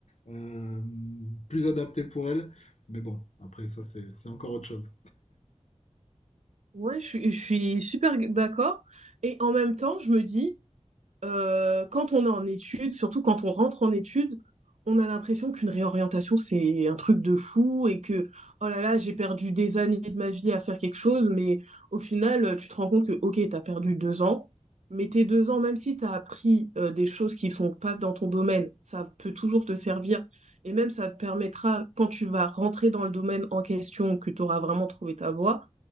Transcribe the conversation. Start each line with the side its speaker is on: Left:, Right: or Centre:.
Left: euh, plus adaptées pour elles. Mais bon, après, ça, c'est c'est encore autre chose.
Right: Ouais, je suis, je suis super d'accord. Et en même temps, je me dis, euh, quand on est en études, surtout quand on rentre en études, on a l'impression qu'une réorientation, c'est un truc de fou et que, oh là là, j'ai perdu des années de ma vie à faire quelque chose, mais au final, tu te rends compte que, ok, t'as perdu deux ans, mais tes deux ans, même si t'as appris euh, des choses qui sont pas dans ton domaine, ça peut toujours te servir et même ça te permettra, quand tu vas rentrer dans le domaine en question, que tu auras vraiment trouvé ta voie,